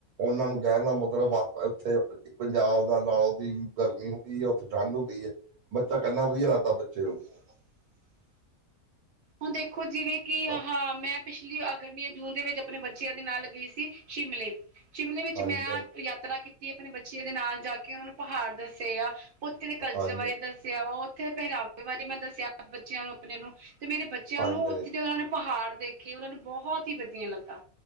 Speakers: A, on the right; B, on the right.
A: ਓਨਾਂ ਨੂੰ ਕੈਣ ਦਾ ਮਤਲਬ ਆ ਏਥੇ ਪੰਜਾਬ ਦਾ ਨਾਲ ਦੀ ਗਰਮੀ ਹੁੰਦੀ ਐ। ਓਥੇ ਠੰਢ ਹੁੰਦੀ ਏ। ਬੱਚਾ ਕੈਂਦਾ ਵਧੀਆ ਲੱਗਦਾ ਬੱਚੇ ਨੂੰ।
B: <unintelligible> ਹੁਣ ਦੇਖੋ ਜਿਵੇਂ ਕਿ ਆਹਾ
A: ਹਾਂ
B: ਮੈਂ ਪਿਛਲੀ ਅ ਗਰਮੀ ਜੂਨ ਦੇ ਵਿੱਚ ਅਪਣੇ ਬੱਚੇਆਂ ਦੇ ਨਾਲ ਗਈ ਸੀ ਸ਼ਿਮਲੇ। ਸ਼ਿਮਲੇ ਵਿੱਚ
A: ਹਾਂਜੀ
B: ਮੈਂ
A: ਹਾਂਜੀ
B: ਯਾਤਰਾ ਕੀਤੀ ਅਪਣੇ ਬੱਚੇ ਦੇ ਨਾਲ ਜਾ ਕੇ ਓਨਾਂ ਨੂੰ ਪਹਾੜ ਦੱਸੇ ਆ। ਓਥੇ ਦੇ ਕਲਚਰ
A: ਹਾਂਜੀ
B: ਬਾਰੇ ਦੱਸਿਆ ਵਾ, ਓਥੇ ਪਹਰਾਵੇ ਬਾਰੇ ਮੈਂ ਦੱਸੇਆ ਬੱਚੇਆਂ ਨੂੰ ਅਪਣੇ ਨੂੰ ਤੇ ਮੇਰੇ ਬ
A: ਹਾਂਜੀ
B: ਚੇਆਂ ਨੂੰ ਓਥੇ ਜਦੋਂ ਓਨਾਂ ਨੇ ਪਹਾੜ ਦੇਖੇ ਓਨਾਂ ਨੂੰ ਬੋਹਤ ਈ ਵਧੀਆ ਲੱਗਾ।